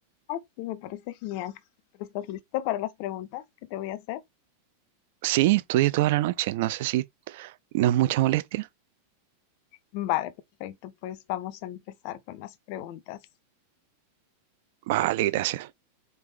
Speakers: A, on the left (about 45°); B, on the right (about 50°).
A: Ah, sí, me parece genial. ¿Pero estás listo para las preguntas que te voy a hacer?
B: Sí, estudié toda la noche. No sé si no es mucha molestia.
A: Vale, perfecto. Pues vamos a empezar con las preguntas.
B: Vale, gracias.